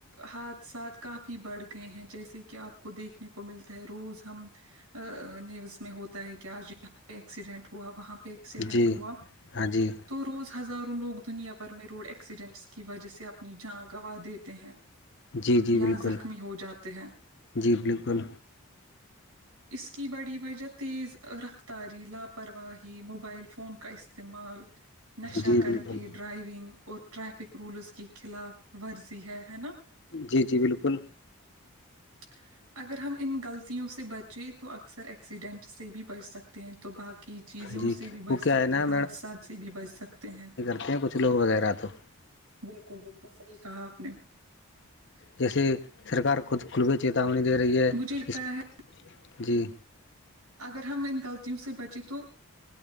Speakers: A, on the right; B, on the left.
A: حادثات کافی بڑھ گئے ہیں جیسے کہ آپ کو دیکھنے کو ملتا ہے روز ہم ا نیوز میں ہوتا ہے کہ آج یہاںہ ایکسیڈنٹ ہوا وہاں پہ ایکسیڈنٹ
B: جی
A: ہوا
B: ہاں جی
A: تو روز ہزاروں لوگ دنیا بھر میں روڈ ایکسیڈنٹس کی وجہ سے آپ اپنی جان گنوا دیتے ہیں
B: جی جی
A: یا
B: بالکل
A: زخمی ہو جاتے ہیں
B: جی بالکل
A: اس کی بڑی وجہ تیز رفتاری لاپرواہی موبائل فون کا استعمال نشہ
B: جی
A: کر
B: بالکل
A: کے ڈرائیونگ اور ٹریفک رولز کی خلاف ورزی ہے ہے نا
B: جی جی بالکل
A: <unintelligible> اگر ہم ان غلطیوں سے بچیں تو اکثر ایکسیڈنٹ سے بھی بچ سکتے ہیں تو باقی چیزوں
B: جی
A: سے بھی
B: وہ
A: بچ سکتے
B: کیا ہے نا
A: حادثات سے بھی بچ سکتے ہیں
B: آتے ہیں کچھ لوگ وغیرہ تو
A: بالکل بالکل صحیح کہا آپ نے
B: جیسے سرکار خود کھلوی چیتاونی دے رہی ہے
A: مجھے لگتا
B: اس
A: ہے
B: جی
A: اگر ہم ان غلطیوں سے بچیں تو